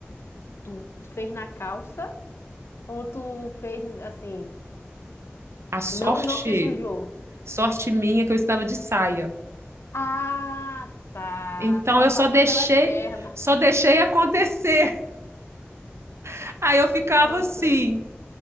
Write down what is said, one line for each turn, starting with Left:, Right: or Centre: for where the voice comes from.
Left: tu fez na calça ou tu fez assim,
Right: A sorte,
Left: não, não se sujou?
Right: sorte minha é que eu estava de saia.
Left: Ah, tá.
Right: Então
Left: Só
Right: eu
Left: passou
Right: só deixei,
Left: pelas pernas.
Right: só deixei acontecer. <laughs> Aí eu ficava
Left: Nossa,
Right: assim,